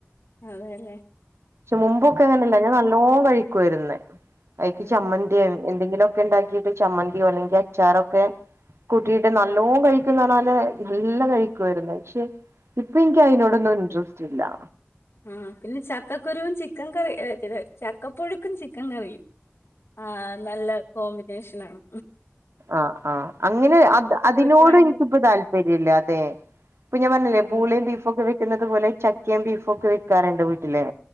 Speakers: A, on the left; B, on the right.
A: അതെലെ
B: ക്ഷെ മുമ്പൊക്കെ അങ്ങനെല്ല ഞാന നോ കഴിക്കാരുന്നേ അയ്ക്ക്
A: ആഹ്
B: ചമ്മന്തി എന്തെങ്കിലുംഒക് ക്കണ്ടാക്കിട്ട് ചമ്മന്തി <unintelligible> അല്ലെങ്കി അച്ചാറൊക്കെ കുട്ടീട്ട് നല്ലോം കഴിക്കുന്നറഞ്ഞാല് നല്ല കഴിക്കുവാര്ന്ന് ക്ഷെ ഇപ്പൊ ഇനിക്ക് അയ്നോടൊന്നും ഇൻട്രസ് ചില്ലാ
A: ആ പിന്നെ ചക്കക്കുരുവും ചിക്കൻ കറി എ ച്ചരി ചക്കപ്പുഴുക്കും ചിക്കൻ കറിയും ആ നല്ല കോമ്പിനേഷ് ന്നാണ്
B: ആ ആ അങ്ങനെ അ അതിനോട്
A: വെക്കുവാണെങ്കിൽ
B: എനിക്കിപ്പ താല്പര്യല്ലാതെ ഇപ്പൊ ഞാൻ പറഞ്ഞിലെ
A: ആഹ്
B: പൂളയും ബീഫും ഒക്കെ വെ ക്കുന്നത് പോലെ ചക്കേം ബീഫും ഒക്കെ വൊക്കാറിണ്ട് വീ ല്ലേ